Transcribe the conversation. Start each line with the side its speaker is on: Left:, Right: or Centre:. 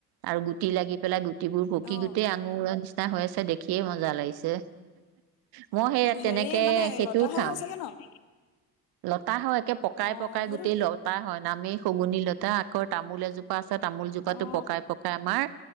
Right: আৰু গুটি লাগি পেলাই তিবোৰ পকি
Left: অ
Right: গোটেই আঙুৰ <unintelligible> <unintelligible> হৈ আছে দেখিয়ে মজা লাগিছে। মই সেই তেনেকে
Left: হেৰি মানে
Right: সেইটোও
Left: লতাহে
Right: খাওঁ
Left: হয় চাগে, ন?
Right: লতা হয় কে পকাই
Left: অ
Right: পকাই
Left: সেইটো
Right: গোটেই লতা হয়। নামেই শগুনী লতা। ক তামোল এজো পা আছে তামোল জোপাটো
Left: অ
Right: পকাই-পকাই আমাৰ